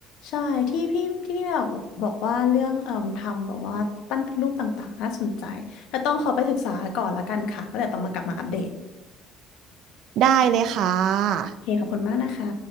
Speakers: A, on the left (about 75°); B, on the right (about 60°).
A: ใช่ที่พี่ที่พี่แบบบอกบอกว่าเรื่องเอ่มทำแบบว่าปั้นเป็นรูปต่างๆน่าสนใจแต่ต้องขอไปศึกษาก่อนละกันค่ะแล้วเดี๋ยวต้องมากลับมาอัปเดต
B: ได้เลยค่ะ
A: โอเคขอบคุณมากนะคะ